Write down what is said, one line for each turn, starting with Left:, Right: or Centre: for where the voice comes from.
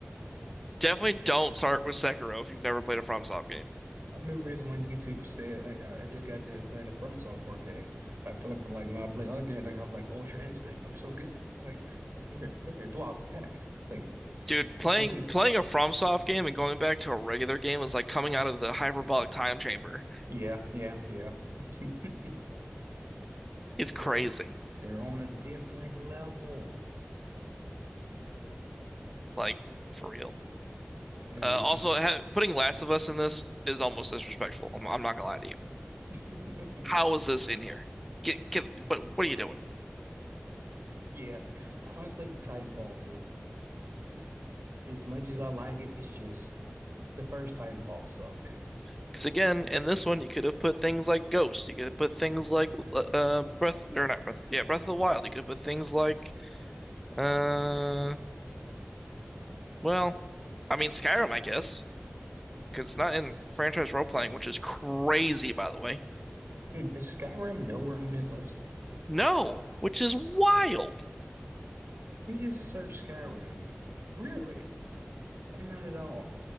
Centre: Definitely don't start with Sekiro if you've never played a FromSoft game.
Right: I remember this one YouTuber said, like, I, I just got done playing a From Software game. I feel like like when I play other games, I have like Ultra Instinct. I'm so good. <laughs> It's like very, very block attack. Like
Centre: Dude, playing
Right: <laughs>
Centre: playing a FromSoft game and going back to a regular game is like coming out of the hyperbolic time chamber.
Right: yeah, yeah, yeah. <laughs>
Centre: It's
Right: They're
Centre: crazy.
Right: they're on a different level.
Centre: Like for real.
Right: And
Centre: Uh,
Right: would
Centre: also,
Right: you
Centre: ha putting Last of Us in this is almost disrespectful. I'm, I'm not gonna lie to you.
Right: <laughs>
Centre: How is this in here? Get get what what are you doing?
Right: Yeah. Honestly, Titanfall too. As much as I like it, it's just The first Titanfall sucked.
Centre: Because again, in this one, you could have put things like Ghost. You could have put things like uh Breath or not Breath. Yeah, Breath of the Wild. You could have put things like uh well, I mean Skyrim, I guess, because it's not in franchise role playing, which is crazy, by the way.
Right: Hmm, Is Skyrim nowhere on this list?
Centre: No, which is wild.
Right: Let me just search Skyrim. Really? Not at all.